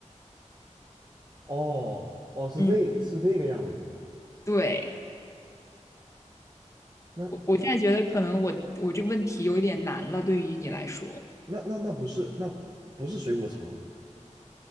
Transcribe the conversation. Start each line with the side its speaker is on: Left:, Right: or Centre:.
Right: 哦哦，是这个是这个样子的呀。
Left: 嗯，对。
Right: 那那
Left: 我我现在觉得可能我我这个问题有一点难了，对于你来说，
Right: 那那那不是那不是水果茶吗？